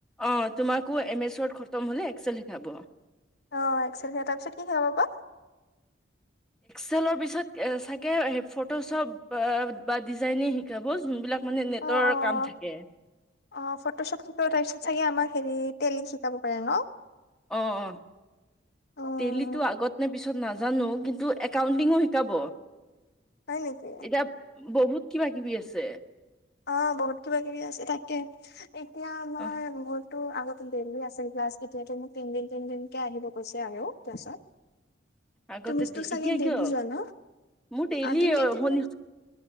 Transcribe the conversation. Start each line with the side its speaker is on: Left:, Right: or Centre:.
Centre: অ তোমাকো এম এছ ৱৰ্ড খতম হ'লে এক্সেল শিকাব
Left: আহ এক্সেল দিয়া তাৰ পিছত কি কৰাব বা?
Centre: এক্সেল পিছত চাগে স ফটোশ্বপ বা ডিজাইনিং শিকাব যোনবিলাক। মানে নেটৰ
Left: অ', অ',
Centre: কাম থাকে।
Left: অ', ফটোশ্বপ শিকাব তাৰপিছত চাগে আমাক হেৰি তেলি টেলি শিকাব পাৰে ন?
Centre: অ- অ-
Left: উম,
Centre: টেলিটো আগত নে পিছত নাজানো কিন্তু একাউণ্টিঙো শিকাব।
Left: হয় নেকি?
Centre: এতিয়া বহুত কিবা কিবি আছে
Left: অ বহুত কিবা কিবি আছে তাকে, এতিয়া আমাৰ
Centre: অ
Left: বহুত। তো আগতে দেইলি আছে ক্লাছ এতিয়াতো মোক তিন দিন, তিন দিনকে, আহিব কৈছে আৰু ক্লাছত।
Centre: আগতে
Left: তুমি তোক চাগে
Centre: এতিয়া
Left: দেলি
Centre: কিয়
Left: যোৱা ন
Centre: মোৰ ডেইলি
Left: আহ তিনদিন তিনদিন
Centre: শনি